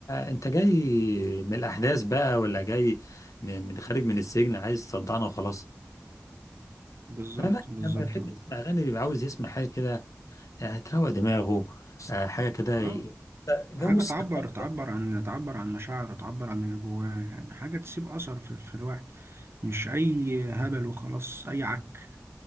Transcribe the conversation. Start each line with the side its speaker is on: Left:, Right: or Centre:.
Left: انت جاي من الاحداث بقى ولا جاي من من خارج من السجن عايز تصدعنا وخلاص
Right: بالظبط
Left: لا لا
Right: بالظبط
Left: لما بيحب يسمع اغاني بيبقى عاوز يسمع حاجه كده يعني تروق دماغه آه، حاجه كده
Right: اه
Left: ي- جو
Right: حاجة
Left: السلطان
Right: تعبر تعبر
Left: ده
Right: عن تعبر عن مشاعره تعبر عن اللي جواه يعني حاجة تسيب أثر في, في الواحد مش أي هبل وخلاص أي عك